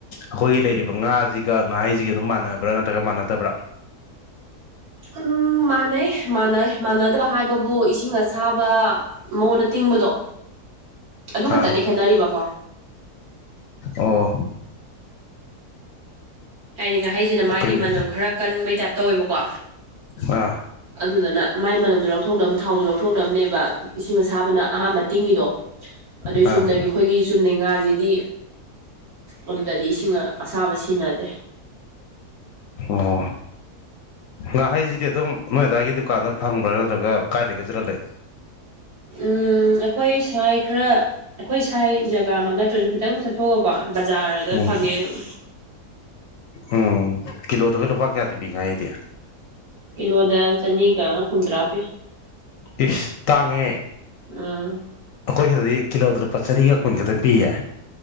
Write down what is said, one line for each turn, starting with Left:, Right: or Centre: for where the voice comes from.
Left: ꯑꯈꯣꯏꯒꯤ ꯂꯩꯔꯤꯕ ꯉꯥꯖꯤꯒ ꯉꯥꯍꯩꯖꯤꯒ ꯑꯗꯨꯝ ꯃꯥꯟꯅꯕ꯭ꯔꯥ ꯅꯠꯇ꯭ꯔꯒ ꯃꯥꯟꯅꯗꯕ꯭ꯔꯥ
Right: ꯎꯝ ꯃꯅꯩ ꯃꯥꯅꯩ ꯃꯥꯟꯗꯕ ꯍꯥꯏ ꯕꯕꯨ ꯏꯁꯤꯡ ꯑꯁꯥꯕ ꯃꯉꯣꯟꯗ ꯇꯤꯡꯕꯗꯣ ꯑꯗꯨ
Left: ꯑꯥ
Right: ꯈꯠꯇꯅꯤ ꯈꯦꯠꯅꯔꯤꯕꯀꯣ
Left: ꯑꯣ
Right: ꯑꯩ ꯉꯥ ꯍꯩꯖꯤꯅ ꯃꯥꯒꯤ
Left: ꯀꯩꯅꯣ
Right: ꯃꯅꯝ ꯈꯔꯥ ꯀꯟꯕꯩ ꯇꯥꯏꯞ ꯇꯧꯋꯦꯕꯀꯣ
Left: ꯑꯥ
Right: ꯑꯗꯨꯗꯅ ꯃꯥꯏ ꯃꯅꯝꯗꯣ ꯂꯧꯊꯣꯛꯅꯕ ꯊꯥꯎꯗꯣ ꯂꯧꯊꯣꯛꯅꯕꯅꯦꯕ ꯏꯁꯤꯡ ꯑꯁꯥꯕꯅ ꯑꯍꯥꯟꯕ ꯇꯤꯡꯉꯤꯗꯣ ꯑꯗꯨꯏ
Left: ꯑꯥ
Right: ꯆꯨꯝꯅꯒꯤ ꯑꯈꯣꯏꯒꯤ ꯆꯨꯝꯅꯩ ꯉꯥꯖꯤꯗꯤ ꯑꯗꯨꯗꯗꯤ ꯏꯁꯤꯡ ꯑꯁꯥꯕ ꯁꯤꯟꯅꯗꯦ
Left: ꯑꯣ ꯉꯥꯍꯩꯖꯤꯗꯤ ꯑꯗꯨꯝ ꯅꯣꯏ ꯑꯗꯨꯋꯥꯏꯒꯤ ꯗꯨꯀꯥꯟꯗ ꯐꯪꯕ꯭ꯔꯥ ꯅꯠꯇ꯭ꯔꯒ ꯀꯥꯏꯗꯒꯤ ꯖꯠꯂꯂꯩ
Right: ꯎꯝ ꯑꯩꯈꯣꯏ ꯁꯋꯥꯥꯏ ꯈꯔꯥ ꯑꯩꯈꯣꯏ ꯁꯥꯏ ꯖꯒꯥꯃꯛ ꯅꯠꯇ꯭ꯔꯖꯨ ꯈꯤꯇꯪ ꯆꯠꯊꯣꯛꯑꯒ ꯀꯣ ꯕꯖꯥꯔꯗ
Left: ꯎꯝ
Right: ꯐꯪꯉꯦ ꯑꯗꯨꯝ
Left: ꯎꯝ ꯀꯤꯂꯣꯗꯒ ꯂꯨꯄꯥ ꯀꯌꯥꯗꯤ ꯄꯤ ꯉꯥꯍꯩꯗꯤ
Right: ꯀꯤꯂꯣꯗ ꯆꯅꯤꯒ ꯍꯨꯝꯗ꯭ꯔꯥ ꯄꯤ
Left: ꯏꯁ ꯇꯥꯡꯉꯦꯍꯦ
Right: ꯎꯝ
Left: ꯑꯈꯣꯏ ꯁꯤꯗꯗꯤ ꯀꯤꯂꯣꯗ ꯂꯨꯄꯥ ꯆꯅꯤꯒ ꯀꯨꯟ ꯈꯇ ꯄꯤꯌꯦ